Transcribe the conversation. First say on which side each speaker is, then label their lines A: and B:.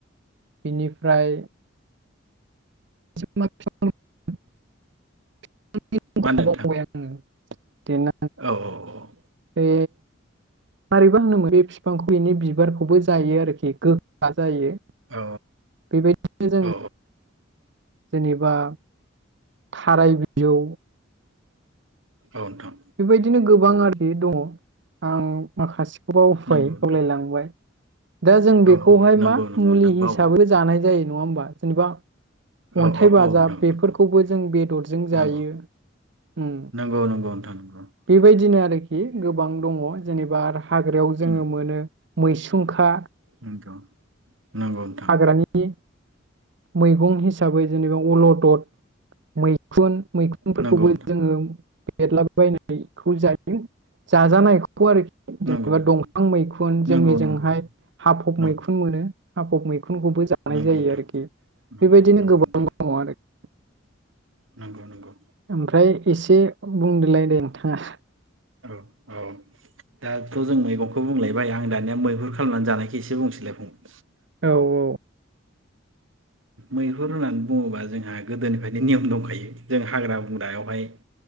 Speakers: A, on the right; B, on the right.
A: बिनिफ्राय <unintelligible>
B: मा होनदों नोंथां।
A: बावबाय <unintelligible>
B: औ औ औ औ।
A: बे मारैबा होनोमोन बे बिफांखौ एनि बिबारखौबो जायो आरोखि गोखा जायो
B: औ
A: बेबायदिनो जों
B: औ
A: जेनेबा थाराय बिजौ
B: औ नोंथां।
A: बेबायदिनो गोबां आरि दङ आं माखासे खबाव उफाय
B: नंगौ नोंथां
A: बावलायलांबाय। दा जों बेखौहाय
B: औ औ नंगौ
A: मा
B: नंगौ
A: मुलि
B: नोंथां
A: हिसाबै
B: बावो
A: जानाय जायो। नङा होमबा जेननिबा
B: औ
A: अन्थाइ
B: औ
A: बाजाब
B: औ नोंथां
A: बेफोरखौबो जों बेदरजों जायो
B: नंगौ
A: उम।
B: नंगौ नंगौ नंगौ नोंथां नंगौ
A: बेबायदिनो
B: औ
A: आरोखि। गोबां दङ जेनेबा हाग्रायाव जोङो
B: उम
A: मोनो मैसुंखा
B: नंगौ नांगौ नोंथां।
A: हाग्रानि मैगं हिसाबै जेनेबा अलदद मैखुन मैखुनफोरखौबो
B: नंगौ
A: जोङो बेरला नायखौ जायो जाजानायखौ फु आरोखि
B: नंगौ
A: जेनेबा
B: नंगौ
A: दंफां मैखुन
B: नंगौ
A: जोंनि
B: नंगौ
A: जोंहाय हाफब
B: नंगौ
A: मैखुन मोनो। हाफब मै खुनखौबो जानाय
B: नंगौ
A: जायो
B: नोंथां
A: आरोखि
B: नंगौ
A: बेबायदिनो
B: नंगौ
A: गोबां
B: नोंथां
A: दङ आरो <inaudible> <inaudible>
B: नंगौ नंगौ
A: ओमफ्राय एसे बुंदोलाय दे नोंथाङा
B: औ औ दाथ' जों मैगंखौ बुंलायबाय आं दानिया मैहुर खालामनानै जानायखौ एसे बुंसैलाय फंबाय
A: औ औ
B: मैहुर होननानै बुङोबा जोंहा गोदोनिफ्रायनो नियम दंखायो जों हाग्रा बंग्रायावहाय